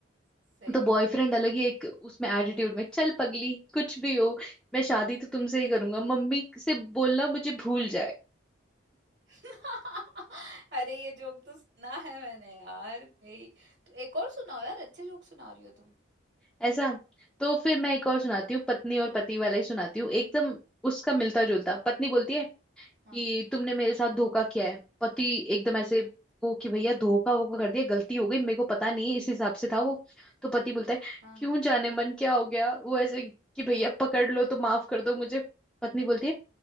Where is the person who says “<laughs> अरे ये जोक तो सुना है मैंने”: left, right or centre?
Right